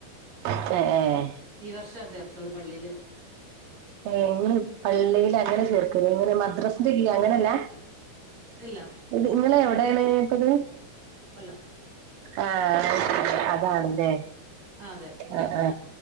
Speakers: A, on the right (about 70°); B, on the right (about 45°).
A: എഹ് ഏഹ്
B: ഈ വർഷാ ചേർത്തത് പള്ളീല്
A: ഏഹ് ഇങ്ങള് പള്ളീല് അങ്ങനെ ചേർക്കല് ഇങ്ങനെ മദ്രസിന്റെ കീയി അങ്ങനെല്ല
B: ഇല്ല
A: ഇത് ഇങ്ങള്
B: യു
A: എവിടെയാണ് പ്പത്
B: അല്ല
A: ആഹ്
B: ഉം.
A: അതാണ്ല്ലേ
B: ആ അതെ ഇവിടെ
A: ആഹ്
B: അങ്ങനെ
A: ആഹ്